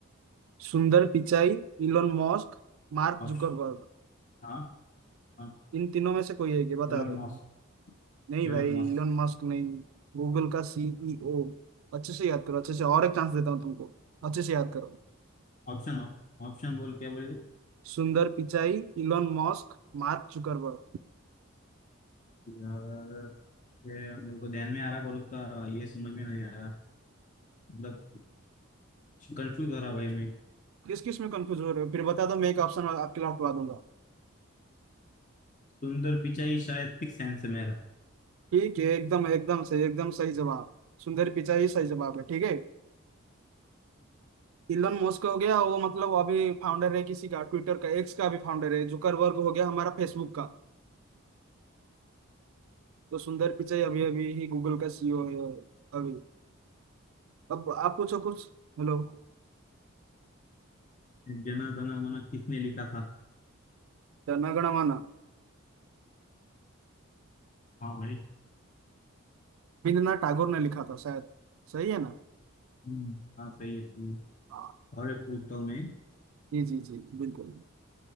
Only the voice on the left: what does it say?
ऑप्शन
हाँ हाँ
Elon
Musk
Elon Musk
Option option बोल क्या बोले
यार ये मेरे को ध्यान में आ रहा पर उसका ये समझ में नहीं आ रहा मतलब कंफ्यूज हो रहा भाई मैं
सुंदर पिचाई शायद फिक्स आंसर मेरा
जन गण मन किसने लिखा था
हाँ भाई
हम्म, हाँ सही है सही है।
और एक पूछता हूँ मैं